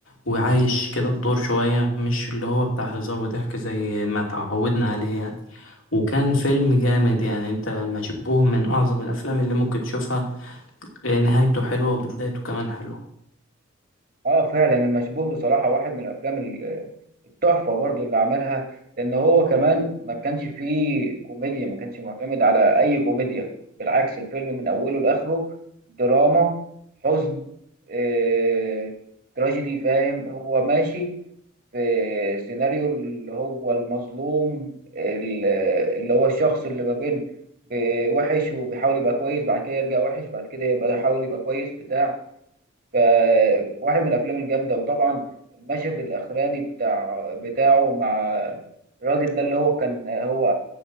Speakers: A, on the left; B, on the right.
A: وعايش كده الدور شوية مش اللي هو بتاع هزار وضحك زي ما تعودنا عليه يعني وكان فيلم جامد يعني انت المشبوه من اعظم الافلام اللي ممكن تشوفها نهايته حلوة وبدايته كمان حلوة
B: اه فعلا المشبوه بصراحه واحد من الافلام ال- التحفه برضو اللي عملها لان هو كمان ما كانش فيه كوميديا ما كانش معتمد على اي كوميديا بالعكس الفيلم من اوله لاخره دراما حزن آه، تراجيدي فاهم هو ماشي في سيناريو اللي هو المظلوم ال- اللي هو الشخص اللي ما بين ب- وحش وبيحاول يبقى كويس بعد كده يرجع وحش بعد كده يبقى يحاول يبقى كويس بتاع فواحد من الافلام الجامده وطبعا المشهد الاخراني بتاع بتاعه مع الراجل ده اللي هو كان هو